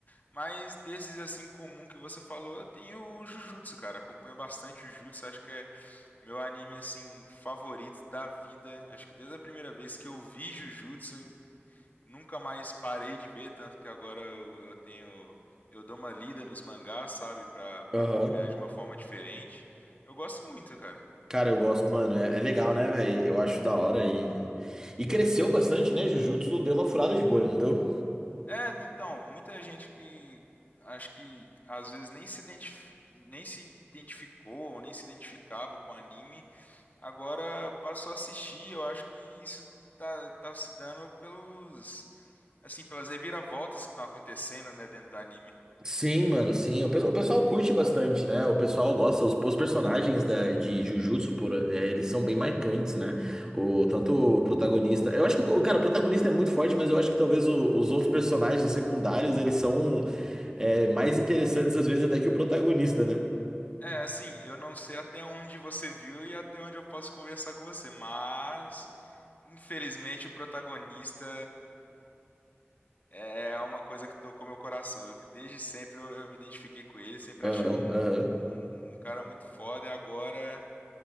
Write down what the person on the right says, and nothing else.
Aham.
Cara, eu gosto, mano. É, é legal, né, velho? Eu acho da hora e. E cresceu bastante, né? Jujutsu deu uma furada de bolha, não deu?
Sim, mano, sim. O, pe- o pessoal curte bastante, né? O pessoal gosta. Os, os personagens da, de Jujutsu, por, é, eles são bem marcantes, né? O, tanto o protagonista. Eu acho que, o cara, o protagonista é muito forte, mas eu acho que talvez o- os outros personagens, os secundários, eles são é, mais interessantes, às vezes, até que o protagonista, né?
Aham,
aham.